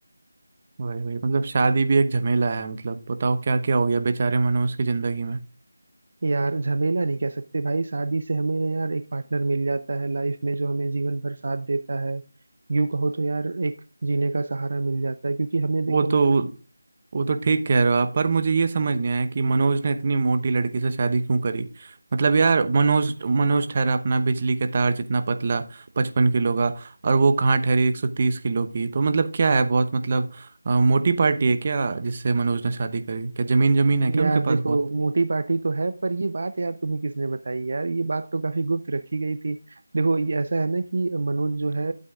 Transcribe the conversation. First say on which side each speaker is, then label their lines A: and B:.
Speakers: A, on the right; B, on the right.
A: वही वही मतलब शादी भी एक झमेला है मतलब बताओ क्या क्या हो गया बेचारे मनोज की जिंदगी में
B: यार झमेला नहीं कह सकते भाई शादी से हमें ना यार एक पार्टनर मिल जाता है लाइफ में जो हमें जीवन भर साथ देता है यूं कहो तो यार एक जीने का सहारा मिल जाता है क्योंकि हमें देखो
A: वो तो वो तो ठीक कह रहे हो आप पर मुझे ये समझ नहीं आया कि मनोज ने इतनी मोटी लड़की से शादी क्यों करी मतलब यार मनोज मनोज ठहरा अपना बिजली के तार जितना पतला पचपन किलो का और वो कहाँ ठहरी एक सौ तीस किलो की तो मतलब क्या है बहुत मतलब अ, मोटी पार्टी है क्या जिससे मनोज ने शादी करी क्या जमीन जमीन है क्या
B: यार
A: उनके पास
B: देखो
A: बहुत
B: मोटी पार्टी तो है पर ये बात यार तुम्हें किसने बताई यार ये बात तो काफी गुप्त रखी गई थी देखो ये ऐसा है ना कि मनोज जो है